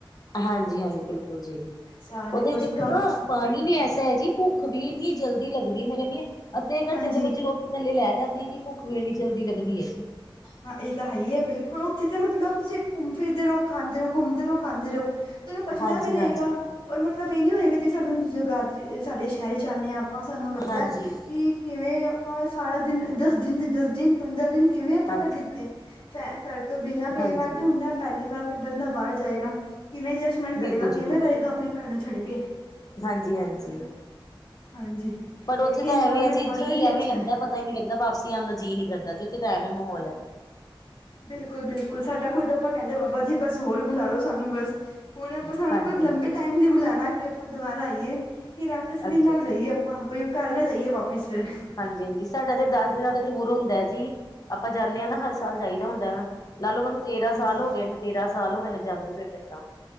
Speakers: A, on the left; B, on the left.
A: ਹਾਂਜੀ- ਹਾਂਜੀ ਬਿਲਕੁਲ ਜੀ,
B: ਸਾਰੇ
A: ਓਹਦੋ
B: ਬਸ
A: ਦੇਖੋ
B: ਕੰਮ
A: ਪਾਣੀ ਵੀ ਐਸਾ ਹੈ ਜੀ, ਭੁੱਖ ਵੀ ਇੰਨੀ ਜਲਦੀ ਲੱਗਦੀ ਐ, ਮੈਂ ਕੈਂਦੀ ਹਾਂ ਅੱਧੇ ਘੰਟੇ
B: ਹਾਂਜੀ
A: ਦੇ ਵਿੱਚ ਰੋਟੀ ਥੱਲੇ ਲੈ ਜਾਂਦੀ ਐ ਜੀ, ਭੁੱਖ ਵੀ ਏਨੀ ਜਲਦੀ ਲੱਗਦੀ ਐ ਜੀ।
B: ਹਾਂ ਏ ਤਾਂ ਹੈ, ਈ, ਆ ਬਿਲਕੁਲ ਉੱਥੇ ਤਾਂ ਮਤਲਬ ਤੁਸੀਂ ਘੁੰਮ ਫਿਰਦੇ ਰਹੋ- ਖਾਂਦੇ ਰਹੋ ਘੁੰਮਦੇ ਰਹੋ -ਖਾਂਦੇ ਰਹੋ। ਤੁਹਾਨੂੰ ਪਚਦਾ
A: ਹਾਂਜੀ
B: ਵੀ ਰਹੇਗਾ,
A: ਹਾਂਜੀ
B: ਔਰ ਮਤਲਬ ਏਹ ਨੀ ਹੋਏਗਾ ਜੇ ਸਾਨੂੰ ਜੁਗਾ ਜੇ ਸਾਡੇ ਸ਼ਹਿਰ ਚ ਆਂਦੇ ਹਾਂ ਆਪਾਂ, ਸਾਨੂੰ ਲੱਗਦਾ
A: ਹਾਂਜੀ
B: ਕਿ ਕਿਵੇਂ ਆਪਾਂ ਸਾਰਾ ਦਿਨ ਦਸ- ਦਿਨ ਦੇ ਦਸ- ਦਿਨ ਪੰਦਰਾਂ- ਦਿਨ ਕਿਵੇਂ ਆਪਾਂ
A: ਹਾਂਜੀ
B: ਕੱਢ ਲਿੱਤੇ ਫੈ ਘਰ ਤੋਂ ਬਿਨਾਂ ਕਈ
A: ਹਾਂਜੀ
B: ਵਾਰ ਤੇ ਹੁੰਦਾ, ਪਹਿਲੀ ਵਾਰ ਕੋਈ ਬੰਦਾ ਨਾ ਬਾਹਰ ਜਾਏਗਾ ਕਿਵੇਂ ਜ ਮੰਨ ਕਰੇਗਾ
A: ਬਿਲਕੁਲ ਜੀ
B: ਕਿਵੇਂ
A: ਬਿਲਕੁਲ
B: ਰਏਗਾ, ਆਪਣੇ ਘਰ ਨੂੰ ਛੱਡ ਕੇ।
A: ਹਾਂਜੀ -ਹਾਂਜੀ
B: ਹਾਂਜੀ
A: ਪਰ ਓਥੇ
B: ਇੱਕ
A: ਤਾਂ
B: ਇਨਵਾਇਰਮੈਂਟ
A: ਐਵੇਂ ਆ ਜੀ
B: ਬੜਾ
A: -ਜੀ
B: ਹੀ ਅੱਛਾ
A: ਐਵੇਂ ਲੱਗਦਾ
B: ਹੈ।
A: ਪਤਾ ਪਤਾ ਨੀ ਲਗਦਾ ਵਾਪਸੀ ਆਣ ਦਾ ਜੀਅ ਨਈ ਕਰਦਾ ਜੀ, ਓਥੇ ਤਾਂ ਐਵੇਂ ਮਾਹੌਲ ਆ।
B: ਬਿਲਕੁਲ -ਬਿਲਕੁਲ ਸਾਡਾ ਖੁੱਦ ਆਪਾਂ ਕੈਂਦੇ, ਬਾਬਾ ਜੀ ਬਸ ਹੋਰ ਬੁਲਾ ਲੋ ਸਾਨੂੰ ਬਸ। ਹੁਣ ਆਪਾਂ
A: ਹਾਂਜੀ
B: ਸਾਨੂੰ ਕੁਝ
A: ਹਾਂਜੀ
B: ਲੰਬੇ ਟਾਈਮ ਲਈ ਬੁਲਾਣਾ ਕਿ ਆਪਾਂ ਦੁਬਾਰਾ ਆਈਏ। ਕੀ ਰਾਤ ਅਸਲੀ
A: ਅੱਛਾ
B: ਨਾਲ
A: ਜੀ
B: ਰਹੀਏ ਆਪਾਂ, ਬਈ ਓਹ ਘਰ ਨਾ ਜਾਈਏ ਵਾਪਿਸ ਫੇਰ
A: ਹਾਂਜੀ ਹਾਂਜੀ ਸਾਡਾ ਤੇ ਦਸ ਦਿਨਾਂ ਦਾ ਟੂਰ ਹੁੰਦਾ ਏ ਜੀ ਆਪਾਂ ਜਾਂਨੇ ਆ ਨਾ ਹਰ ਸਾਲ ਜਾਈਦਾ ਹੁੰਦਾ ਵਾ ਲਾ ਲੋੋ ਮੈਨੂੰ ਤੇਰਾਂ
B: ਹਾਂਜੀ
A: ਸਾਲ ਹੋ ਗਏ ਨੇ ਤੇਰਾਂ ਸਾਲ ਹੋ ਗਏ ਨੇ ਜਾਂਦੇ ਹੋਏ ਮੈਨੁ ਤਾ